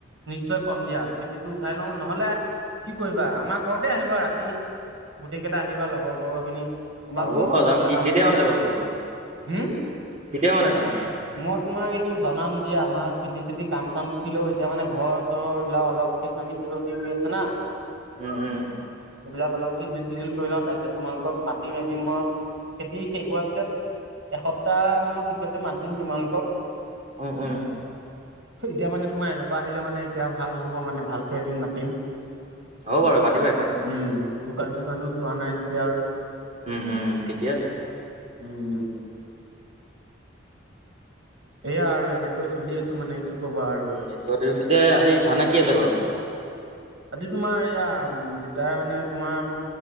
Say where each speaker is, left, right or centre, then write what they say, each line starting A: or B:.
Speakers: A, on the right (about 85°); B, on the right (about 40°).
A: নিশ্চয় খুৱাম দিয়া। খেতিটো উঠাই লওঁ নহলে কি কৰিবা? আমাৰ ঘৰতে আহিবা ৰাতি। গোটেইকেইটা আহিবা লগৰ-চগৰ খিনি। আমাৰ
B: হ'ব
A: ঘৰ ওচৰৰ
B: বাৰু যাম
A: কুনালো
B: কি কেতিয়া মানে যাব লাগিব
A: হুম?
B: কেতিয়া মানে যাম
A: মই তোমাক এইটো জনাম দিয়া আমাৰ খেতি চেতি কাম চাম থাকিলেও এতিয়া মানে ঘৰ চৰ এইবিলাক অলপ বেতনি তোৰনি ৰুই আছে না
B: উম, উম।
A: এইবিলাক অলপ চিজিল-টিজিল কৰি লওঁ। তাৰপিছত তোমালোকক মাতিম এদিন মই। খেতি শেষ হোৱাৰ পিছত এসপ্তাহ মানৰ পিছতে মাতিম তোমালোকক।
B: উম উম
A: এতিয়া মানে তোমাৰ এনেকুৱা আহিলে মানে এতিয়া ভাল নহ'ব মানে ভালকে এদিন মাতিম
B: হ'ব বাৰু মাতিবা একো নাই
A: উম দোকান চোকানো চোৱা নাই যেতিয়া আৰু
B: উম উম ঠিকে আছে
A: উম উম এয়া আৰু এনেকৈ চলি আছো মানে কি কবা আৰু
B: উম এইটো তুমি পিছে আজি খানা কি আছে ঘৰত
A: আজি তোমাৰ এইয়া দেতাই মানে তোমাৰ